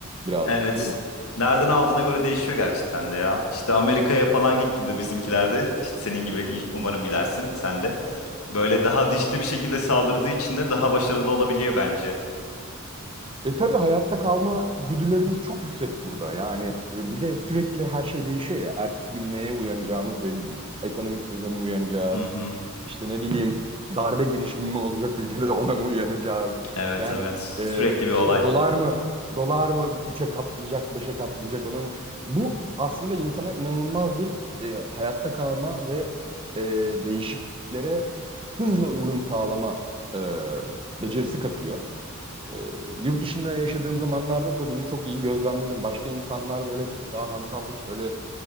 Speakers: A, on the right (about 25°); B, on the left (about 80°).
A: birazcık
B: Evet.
A: değil mi?
B: Nereden aldığına göre değişiyor gerçekten de ya. İşte Amerika'ya falan gittiğinde bizimkilerde işte senin gibi in- umarım gidersin sen de. Böyle daha dişli bir şekilde saldırdığı için de daha başarılı olabiliyor bence.
A: E tabii hayatta kalma güdülerimiz çok yüksek burada. Yani e, bir de sürekli her şey değişiyor ya. Ertesi gün neye uyanacağımız belli değil. Ekonomik krize mi uyanacağız?
B: Hı hı.
A: İşte ne bileyim darbe girişimi mi olacak ülkede ona mı uyanacağız?
B: Evet
A: Yani
B: evet. Sürekli
A: e,
B: bir
A: işte
B: olay.
A: dolar mı dolar mı üçe katlayacak, beşe katlayacak ona mı? Bu aslında insana inanılmaz bir e, hayatta kalma ve e, değişikliklere hızla uyum sağlama e, becerisi katıyor. Ee, yurt dışında yaşadığım zamanlarda da bunu çok iyi gözlemledim. Başka insanlar böyle çok daha hantal hiç öyle